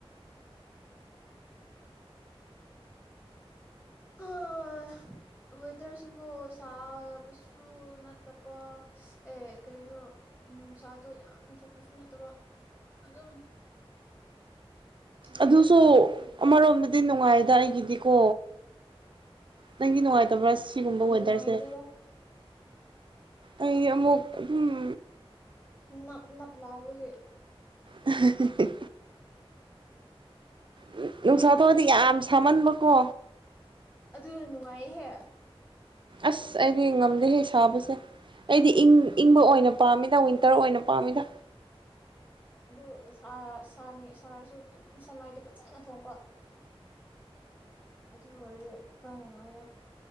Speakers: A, on the left (about 15°); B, on the right (about 55°).
A: ꯍꯥꯥꯍꯥꯎ ꯋꯦꯗꯔꯁꯤꯒꯣ ꯁꯥꯕꯁꯨ ꯅꯠꯇꯕ ꯑꯦ ꯀꯔꯤꯅꯣ ꯅꯨꯡꯁꯥꯗꯣ ꯌꯥꯝ ꯊꯣꯛꯄꯁꯨ ꯅꯠꯇꯕ ꯑꯗꯨꯝ ꯂꯩꯕ
B: ꯑꯗꯨꯁꯨ
A: ꯅꯨꯡꯉꯥꯏꯇꯦ
B: ꯑꯃꯔꯣꯝꯗ ꯗꯤ ꯅꯨꯡꯉꯥꯏꯗ ꯑꯩꯒꯤꯗꯤꯀꯣ ꯅꯪꯒꯤ ꯅꯨꯡꯉꯥꯏꯇꯕ꯭ꯔꯥ ꯁꯤꯒꯨꯝꯕ ꯋꯦꯗꯔꯁꯦ
A: ꯅꯨꯡꯉꯥꯏꯇꯦꯗ
B: ꯑꯩ ꯑꯃꯨꯛ ꯑꯗꯨꯝꯝ
A: ꯅꯞ ꯅꯞ ꯂꯥꯎꯏ
B: ꯏꯍꯤꯍꯤ ꯅꯨ ꯅꯨꯡꯁꯥ ꯊꯣꯛꯑ ꯌꯥꯝ ꯁꯥꯃꯟꯕꯀꯣ
A: ꯑꯗꯨꯅ ꯅꯨꯡꯉꯥꯏꯍꯦ
B: ꯑꯁ ꯑꯩꯗꯤ ꯉꯝꯗꯦꯍꯦ ꯁꯥꯕꯁꯦ ꯑꯩꯗꯤ ꯏꯪ ꯏꯪꯕ ꯑꯣꯏꯅ ꯄꯥꯝꯃꯤꯗ ꯋꯤꯟꯇꯔ ꯑꯣꯏꯅ ꯄꯥꯝꯃꯤꯗ
A: ꯑꯗꯨ ꯁꯥ ꯁꯥꯅꯤ ꯁꯥꯔꯁꯨ ꯑꯗꯨꯝ ꯁꯉꯥꯏꯗꯣ ꯐꯖꯅ ꯊꯣꯡꯕ ꯑꯗꯨ ꯑꯣꯏꯔꯗꯤ ꯈꯔ ꯅꯨꯡꯉꯥꯏꯅ